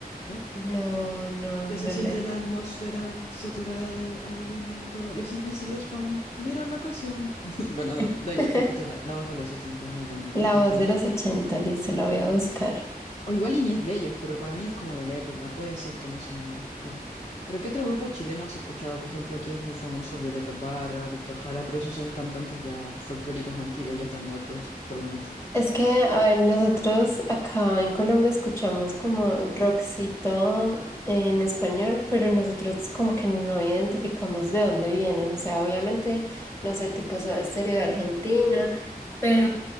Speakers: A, on the left; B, on the left.
A: ¿no?
B: No, no,
A: Ya
B: no
A: se siente
B: le...
A: la atmósfera saturada de aburrimiento. Los hippies y los pan tuvieron la ocasión. <laughs> Bueno, da da
B: <laughs>
A: igual, escucha la, la voz de los ochenta es muy buena igual,
B: La
A: es
B: voz
A: de
B: de
A: ellos.
B: los ochenta listo, la voy a
A: Ujú.
B: buscar.
A: O igual y ni es de ellos, pero para mí es como de la época, puede ser que no sea de ellos, pero... Pero ¿qué otro grupo chileno has escuchado? Por ejemplo, aquí es muy famoso Violeta Parra, Víctor Jara, pero esos son cantantes ya folclóricos antiguos, ya están muertos totalmente.
B: Es que, a ver, nosotros acá en Colombia escuchamos como rockcito en español, pero nosotros como que no identificamos de dónde vienen. O sea, obviamente, no sé, tipo Soda Stereo de Argentina, pero